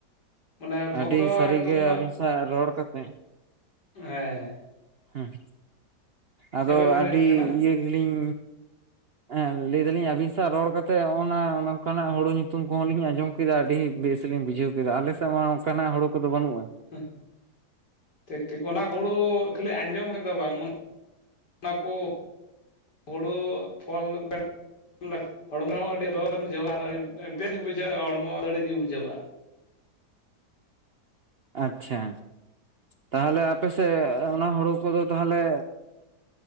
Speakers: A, on the left; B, on the right.
A: ᱢᱟᱱᱮ ᱵᱷᱳᱜᱽ
B: ᱟᱹᱰᱤ
A: ᱫᱚ
B: ᱥᱟᱹᱨᱤᱜᱮ
A: ᱮᱠᱫᱚᱢ ᱚᱱᱟ
B: ᱟᱹᱵᱤᱱ ᱥᱟᱶ ᱨᱚᱲ ᱠᱟᱛᱮ
A: ᱦᱮᱸ ᱦᱮᱸ᱾
B: ᱦᱩᱸ ᱟᱫᱚ
A: ᱪᱮᱫ ᱵᱮᱱ ᱢᱮᱱᱮᱫ
B: ᱟᱹᱰᱤ
A: ᱛᱟᱦᱮᱱᱟ
B: ᱤᱭᱟᱹ ᱜᱮᱞᱤᱧ ᱦᱮᱸ ᱞᱟᱹᱭ ᱮ ᱫᱟᱞᱤᱧ ᱟᱹᱵᱤᱱ ᱥᱟᱶ ᱨᱚᱲ ᱠᱟᱛᱮᱜ ᱱᱚᱜᱼ ᱱᱟ ᱱᱚᱝᱠᱟᱱᱟᱜ ᱦᱩᱲᱩ ᱧᱩᱛᱩᱢ ᱠᱚᱦᱚᱸ ᱞᱤᱧ ᱟᱸᱡᱚᱢ ᱠᱮᱫᱟ ᱟᱹᱰᱤ ᱵᱮᱥᱞᱤᱧ ᱵᱩᱡᱷᱟᱹᱣ ᱠᱮᱫᱟ ᱟᱞᱮ ᱥᱮᱫ ᱢᱟ ᱚᱱᱠᱟᱱᱟᱜ ᱦᱩ ᱠᱚᱫᱚ ᱵᱟᱹᱱᱩᱜᱼᱟ᱾
A: ᱦᱮᱸ᱾ ᱴᱷᱤᱠ ᱴᱷᱤᱠ ᱚᱱᱟ ᱦᱩᱲᱩ ᱠᱷᱟᱹᱞᱤ ᱟᱸᱡᱚᱢ ᱨᱮᱫᱚ ᱵᱟᱝ, ᱚᱱᱟ ᱠᱚ ᱦᱩᱲᱩ ᱯᱷᱚᱞ ᱵᱮ <inaudible> ᱦᱚᱲᱢᱚ ᱦᱚᱸ ᱟᱹᱰᱤ ᱨᱚᱛᱢᱩᱷᱟᱹᱣᱟ ᱟᱨ ᱟᱹᱰᱤ ᱵᱮᱥ ᱜᱮ ᱵᱩᱡᱷᱟᱹᱣᱟ ᱦᱚᱲᱢᱚ ᱟᱹᱲ ᱜᱮ ᱵᱩᱡᱷᱟᱹᱣᱟ
B: ᱟᱪᱪᱷᱟ ᱛᱟᱦᱚᱞᱮ ᱟᱯᱮ ᱥᱮᱫ ᱚᱱᱟ ᱦᱩᱲᱩ ᱠᱚᱫᱚ ᱛᱟᱦᱚᱞᱮ